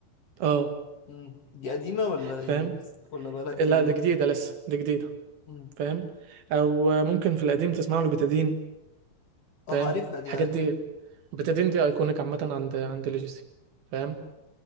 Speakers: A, on the right (about 70°); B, on the left (about 45°).
A: اه
B: مم. دي قديمة ولا
A: فاهم
B: يعني ولا بقالها كتير؟
A: لا ده جديده لسه دي جديده
B: مم.
A: فاهم او ممكن في القديم تسمع له بتادين
B: اه
A: فاهم
B: عارفها دي
A: الحاجات
B: عارفها
A: دي بتادين دي ايكونيك عامه عند عند ليجاسي فاهم